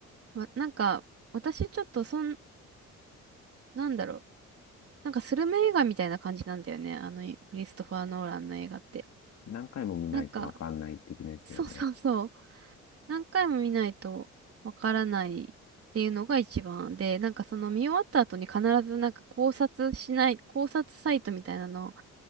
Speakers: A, on the right; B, on the left.
A: わなんか、私ちょっとそん、なんだろう。なんかスルメ映画みたいな感じなんだよね。あの、クリストファー・ノーランの映画って。
B: 何回も見ないとわかんない的なやつだよね。
A: なんか、<laughs> そうそうそう。何回も見ないとわからないっていうのが一番で、なんかその見終わった後に必ずなんか考察しない、考察サイトみたいなのを